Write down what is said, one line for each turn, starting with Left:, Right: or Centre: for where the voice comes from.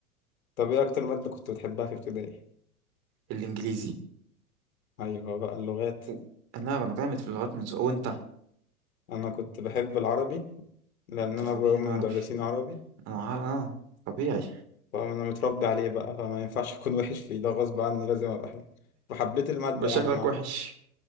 Left: طب إيه أكتر مادة كنت بتحبها في ابتدائي؟
Right: الانجليزي
Left: أيوة بقى اللغات
Right: و... لا انا جامد في اللغات من زمان وانت
Left: أنا كنت بحب العربي لأن
Right: انت
Left: أنا
Right: طبيعي
Left: أبويا وأمي
Right: انا
Left: مدرسين
Right: عربي
Left: عربي
Right: انا ع... اه طبيعي
Left: فانا متربي عليه بقى فما ينفعش اكون وحش فيه ده غصب عني لازم ابقى حلو وحبيت المادة
Right: يبقى
Left: يعني
Right: شكلك
Left: مع ال-
Right: وحش